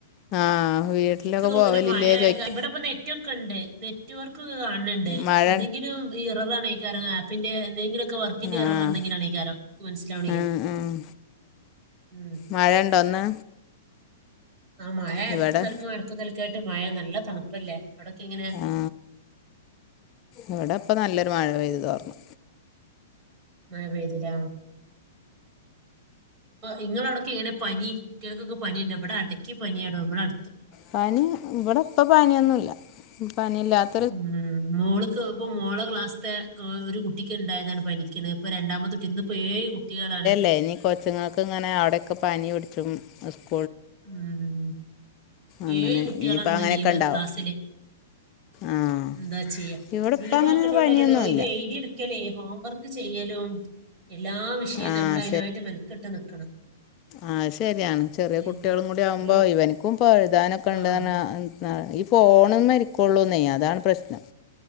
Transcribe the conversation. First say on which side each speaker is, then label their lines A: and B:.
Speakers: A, on the left; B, on the right.
A: ആ വീ വീട്ടിലൊക്കെ
B: എക്ക് തോന്നുണു
A: പോവലില്ലേ
B: മഴ
A: ചോയ്ക്ക
B: ഇവിടെ ഇപ്പ നെറ്റ് ഒക്ക ഉണ്ട് നെറ്റ്വർക്കൊക്കെ കാണണണ്ട്
A: മഴ
B: എന്തെങ്കിലും ഈ <unintelligible> ആപ്പിന്റെ എന്തെങ്കിലൊക്കെ വർ ക്കിന്റെ എറർ
A: ആഹ്
B: എന്തെങ്കിലാനെയ്ക്കാറും മനസ്സിലാവണില്ല
A: ആഹ് ആഹ്
B: ഉം
A: മഴണ്ടോ ഇന്ന്
B: ആ മഴ എടക്കും
A: ഇവിടെ
B: പെടക്കും ടക്കും നിലക്കായിട്ട് മഴ നല്ല തണുപ്പല്ലേ അവിടൊക്കെ എങ്ങനെയ
A: ആ ഇവിടെ ഇപ്പ നല്ലൊരു മഴ പെയ്തു തോർന്നു
B: മഴ പെയ്തില്ല നിങ്ങളവടൊക്കെ എങ്ങനാ പനി കുട്ടികൾക്കൊക്കെ പനി ഇണ്ടോ ഇവിടെ അടക്കി പനിയാടോ നമ്മളടു
A: പനി ഇവിടെ ഇപ്പ പാനിയൊന്നുല്ല പനിയില്ലാത്ത
B: ഉം മോള്ക്ക് ഇപ്പ മോളെ ക്ലാസ്ത്തെ ഒരു കുട്ടിക്ക് ഇണ്ടായതാണ് പനി ക്ക്ണു ഇപ്പൊ രണ്ടാമത്തെട്ട ഇന്ന്പ്പോ ഏയ് കുട്ടികളാണ്
A: എനി കൊച്ച കുച്ചുങ്ങൾക്കിങ്ങനെ അവിടെയൊക്കെ പനി പിടിച്ചും സ്കൂ
B: ഉം
A: അങ്ങനെ
B: ഏഴ് കുട്ടികളാണ്ന്ന്
A: ഇനിയിപ്പോൾ അങ്ങനെയൊക്കെ
B: ലീവ്
A: ഉണ്ടാവും
B: ക്ലാസ്സില്
A: ആഹ്
B: എന്താ ചെയ്യ
A: ഇവിടെ
B: ലീവ്
A: ഇപ്പം അങ്ങനെ
B: ആക്കണോണ്ടല്ലെടോ
A: പനിയൊന്നുമില്ല
B: ഇത് എയ്തി എടു ക്കലേ ഹോം വർക്ക് ചെയ്യലും എല്ലാ വിഷയവും
A: ആഹ്
B: നമ്മൾ അതിനായിട്ട് മെനക്കെട്ട് നിക്കണം
A: ആ ശരിയാണ് ചെറിയ കുട്ടികളും
B: ഇന്ന്
A: കൂടി ആകുമ്പോ
B: ഒരു
A: ഇവനിക്കും പ്പ എഴുതാനൊക്കെ
B: ആ
A: ഇണ്ടെന്നു പറഞ്ഞ ന്ന ഈ ഫോണുമ്മേരിക്കൊള്ളൂന്നേ അതാണ് പ്രശ്നം